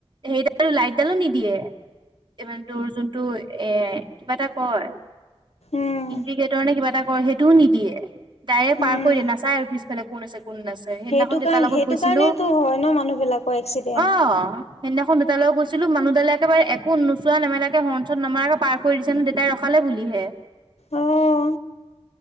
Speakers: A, on the right; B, on the left.
A: সেইডাল লাইটডালো নিদিয়ে। ইমানে তোৰ যোনটো এ কিবা এটা কয়।
B: উম
A: ইণ্ডিকেটৰ নে কিবা এটা কৰে সেইটোও নিদিয়ে ডাইৰেক্ট পাৰ
B: উম
A: কৰি দিয়ে নাচাই আৰু পিছফালে কোন আছে। কোন আছে সেইদিনাখন
B: সেইটো
A: দেতাৰ
B: কাৰণ
A: লগত
B: সেইটো
A: গৈছিলো
B: কাৰণেতো হয় ন মানুহ বিলাকৰ এক্সিডেন্ট
A: অহ। সেইনাখন দুতালৈ গৈছিলো মানুহালে একেবাৰে একো নোচোৱা নমেলাকে হৰ্নত নমাৰাকে পাৰ কৰি দিছে নহয় দেউতাই ৰখালে। বুলি হে।
B: অহ।